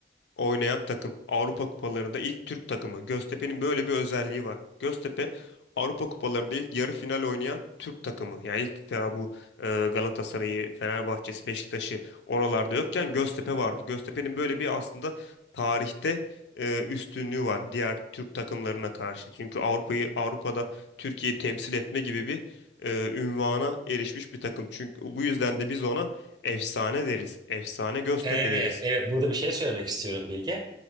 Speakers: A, on the left; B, on the right.
A: oynayan takım. Avrupa kupalarında ilk Türk takımı. Göztepe'nin böyle bir özelliği var. Göztepe Avrupa kupalarında ilk yarı final oynayan Türk takımı. Yani ilk daha bu e, Galatasaray'ı, Fenerbahçe'si, Beşiktaş'ı oralarda yokken Göztepe vardı. Göztepe'nin böyle bir aslında tarihte e, üstünlüğü var diğer Türk takımlarına karşı. Çünkü Avrupa'yı Avrupa'da Türkiye'yi temsil etme gibi bir e, ünvana erişmiş bir takım. Çünkü bu yüzden de biz ona efsane deriz. Efsane Göztepe
B: Evet,
A: deriz.
B: evet. Burada bir şey söylemek istiyorum Bilge.